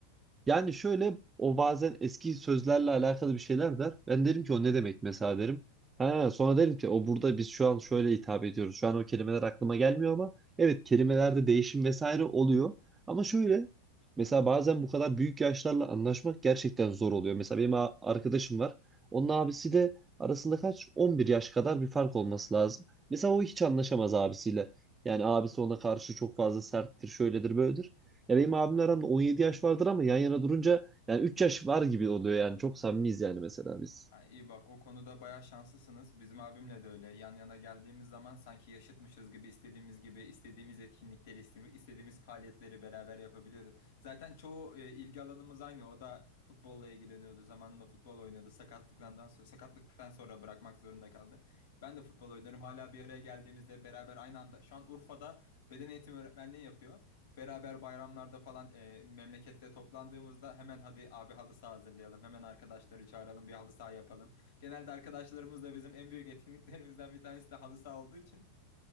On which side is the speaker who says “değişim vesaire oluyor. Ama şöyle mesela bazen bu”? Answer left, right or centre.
Right